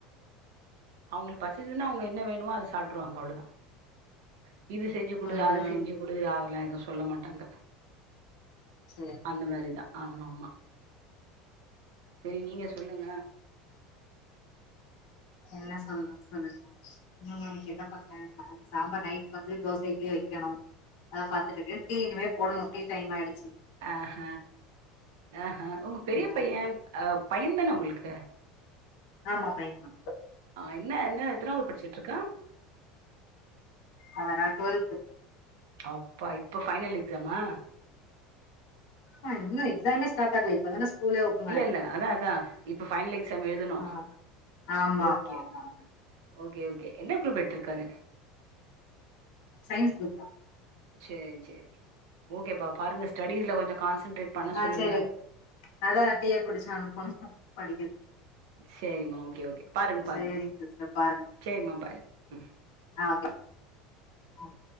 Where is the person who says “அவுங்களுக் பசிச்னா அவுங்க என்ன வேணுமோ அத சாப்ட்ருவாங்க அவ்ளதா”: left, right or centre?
Right